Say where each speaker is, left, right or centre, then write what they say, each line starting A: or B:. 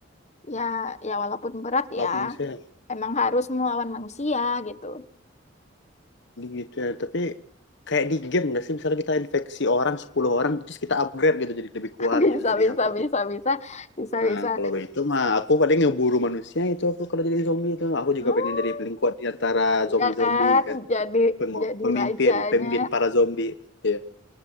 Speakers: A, on the left (about 35°); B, on the left (about 60°).
A: ya ya walaupun berat
B: kenapa
A: ya
B: manusia
A: emang harus melawan manusia gitu.
B: gitu ya tapi kayak di game nggak sih misalnya kita infeksi orang 10 orang terus kita upgrade gitu jadi lebih kuat
A: <laughs> Bisa
B: gitu jadi
A: bisa
B: apa
A: bisa
B: gitu
A: bisa bisa
B: nah
A: bisa.
B: kalau itu mah aku paling ngeburu manusia itu aku kalau jadi zombie itu aku juga
A: Hmm,
B: pengen jadi paling kuat di antara zombie-zombie
A: ya kan?
B: kan
A: Jadi
B: Peng-
A: jadi
B: pemimpin
A: rajanya.
B: pemimpin para zombie Iya. ya Yeah.